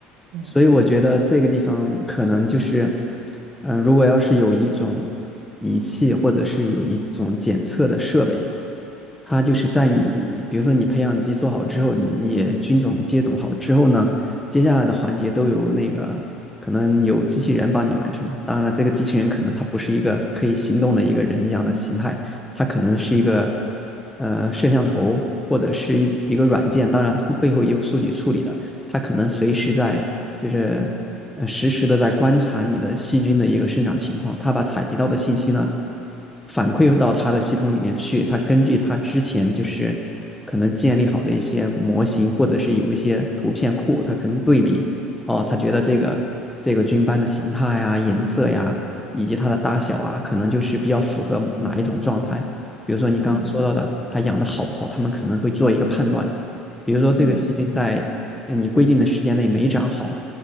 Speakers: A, on the right; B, in the centre.
A: 嗯
B: 所以我觉得这个地方可能就是，嗯、如果要是有一种仪器或者是有一种检测的设备，它就是在你，比如说你培养基做好之后，你也菌种接种好之后呢，接下来的环节都由那个可能有机器人帮你完成。当然了，这个机器人可能它不是一个可以行动的一个人一样的形态，它可能是一个呃摄像头或者是一一个软件，当然它背后也有数据处理的，它可能随时在就是呃实时的在观察你的细菌的一个生长情况，它把采集到的信息呢反馈到它的系统里面去，它根据它之前就是可能建立好的一些模型，或者是有一些图片库，它可能对比哦，它觉得这个这个菌斑的形态呀、颜色呀，以及它的大小啊，可能就是比较符合哪一种状态。比如说你刚刚说到的，
A: 嗯
B: 它养的好不好，他们可能会做一个判断。比如说这个细菌在呃你规定的时间内没长好，
A: 嗯，